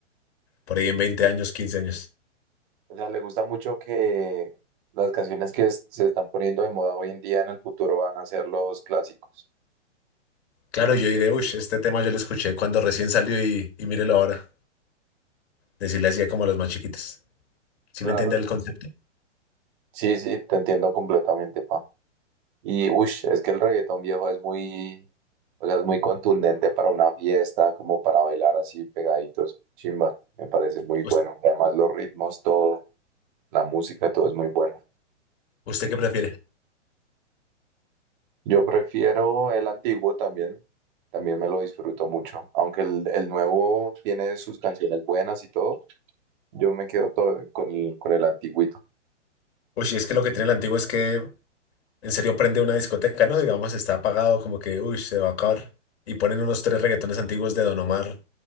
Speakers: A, on the left; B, on the right.
A: por ahí en 20 años, 15 años.
B: O sea, ¿le gusta mucho que las canciones que es- se están poniendo de moda hoy en día en el futuro van a ser los clásicos?
A: Claro, yo diré, uy, este tema yo lo escuché cuando recién salió y, y mírelo ahora. Decirle así a como los más chiquitos. ¿Sí
B: Claro.
A: me entiende el concepto?
B: Sí, sí, te entiendo completamente, pa. Y, uff, es que el reggaetón viejo es muy, o sea, es muy contundente para una fiesta, como para bailar así pegaditos. Chimba, me parece muy
A: ¿Us-
B: bueno. Además, los ritmos, todo, la música, todo es muy bueno.
A: ¿Usted qué prefiere?
B: Yo prefiero el antiguo también, también me lo disfruto mucho, aunque el, el nuevo tiene sus canciones buenas y todo, yo me quedo todo con el, con el antiguito.
A: Uy, y es que lo que tiene el antiguo es que en serio prende una discoteca, ¿no? Digamos, está apagado, como que, uy, se va a acabar. Y ponen unos tres reggaetones antiguos de Don Omar,